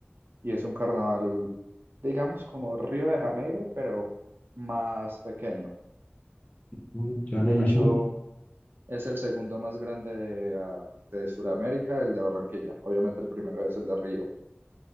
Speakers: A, on the right; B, on the left.
A: Y es un carnaval, digamos, como Río de Janeiro, pero más pequeño.
B: Mm, ya
A: De
B: me imagino,
A: hecho, es el segundo más grande de, ah, de Sudamérica, el de Barranquilla. Obviamente el primero es el de Río.